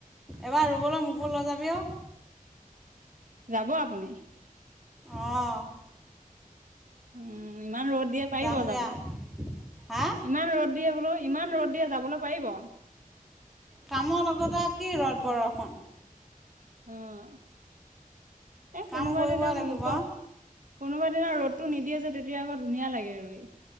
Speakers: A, in the centre; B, on the right (about 60°).
A: এবাৰ ৰুবলৈ মোকো লৈ যাবি ও।
B: যাব আপুনি?
A: অঁ।
B: উম। ইমান ৰ'দ দিয়ে পাৰিব
A: যাম দিয়া
B: যাবলৈ?
A: হা
B: ইমান ৰ'দ দিয়ে বোলো ইমান ৰ'দ দিয়ে যাবলৈ পাৰিব?
A: কামৰ লগত কি ৰ'দ বৰষুণ।
B: অঁ। এ
A: কাম
B: কোনোবা
A: কৰিবই
B: দিনা <unintelligible>
A: লাগিব
B: ক কোনোবা দিনা ৰ'দটো নিদিয়ে যে তেতিয়া আকৌ ধুনীয়া লাগে ৰুই।